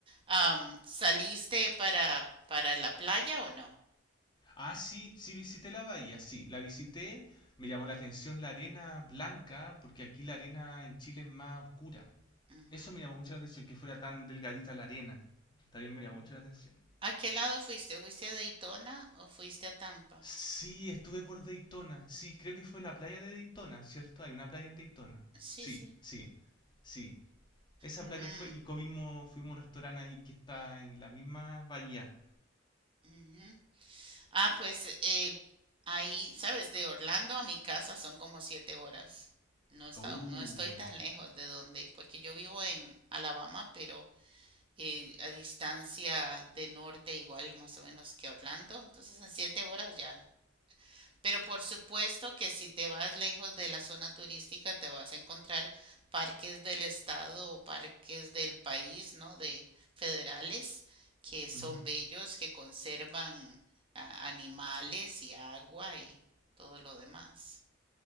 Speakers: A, on the right; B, on the left.
A: Am, ¿saliste para, para la playa o no?
B: Ah, sí, sí visité la bahía, sí, la visité, me llamó la atención la arena blanca, porque aquí la arena en Chile es más oscura.
A: Ujú.
B: Eso me llamó mucho la atención, que fuera tan delgadita la arena. También me llamó mucho la atención.
A: ¿A qué lado fuiste? ¿Fuiste a Daytona o fuiste a Tampa?
B: Sí, estuve por Daytona, sí, creo que fue la playa de Daytona, ¿cierto? Hay una playa en Daytona.
A: Sí,
B: Sí,
A: sí.
B: sí, sí. Esa
A: Mm,
B: playa fue y comimos, fuimos a un restaurante ahí que está en la misma bahía.
A: ujú. Ah, pues eh, ahí, sabes, de Orlando a mi casa son como siete horas. No está,
B: Oh.
A: no estoy tan lejos de donde, porque yo vivo en Alabama, pero eh, a distancia de norte igual más o menos que Orlando. Entonces en siete horas ya Pero por supuesto que si te vas lejos de la zona turística, te vas a encontrar parques del estado o parques del país, ¿no? De federales, que son
B: Ujú.
A: bellos, que conservan ah, animales y agua y todo lo demás.